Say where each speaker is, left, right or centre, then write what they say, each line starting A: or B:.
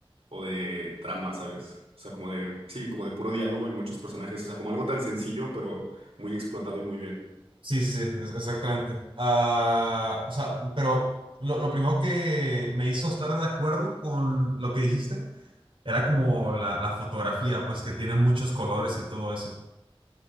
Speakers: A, on the right (about 80°); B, on the right (about 65°).
A: o de trama, ¿sabes? O sea, como de, sí, como de puro diálogo y muchos personajes, o sea, como algo tan sencillo, pero muy explotado y muy bien.
B: Sí, sí, sí, es- exactamente. Ah, o sea, pero lo, lo primero que me hizo estar de acuerdo con lo que dijiste era como la, la fotografía, pues que tiene muchos colores y todo eso.